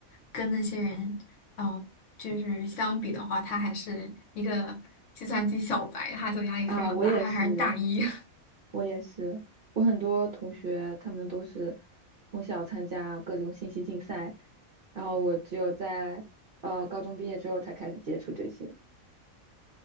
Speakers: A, on the left (about 60°); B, on the right (about 50°).
A: 跟那些人，呃，就是相比的话，他还是一个计算机小白，他就压力非常大，
B: 啊，我也是。
A: 他还是大一。<laughs>
B: 我也是，我很多同学他们都是从小参加各种信息竞赛，然后我只有在呃高中毕业之后才开始接触这些，